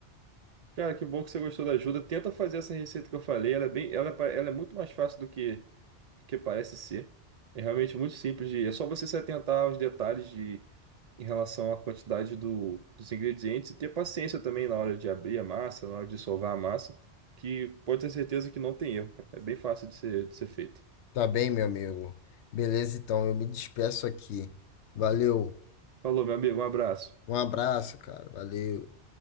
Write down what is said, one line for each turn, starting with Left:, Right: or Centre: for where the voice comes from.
Right: Cara, que bom que você gostou da ajuda. Tenta fazer essa receita que eu falei. Ela é bem, ela, é pa- ela é muito mais fácil do que, do que parece ser. É realmente muito simples de, é só você se atentar aos detalhes de, em relação à quantidade do, dos ingredientes e ter paciência também na hora de abrir a massa, na hora de sovar a massa, que pode ter certeza que não tem erro, cara. É bem fácil de ser, de ser feito.
Left: Tá bem, meu amigo? Beleza, então, eu me despeço aqui. Valeu.
Right: Falou, meu amigo, um abraço.
Left: Um abraço, cara. Valeu.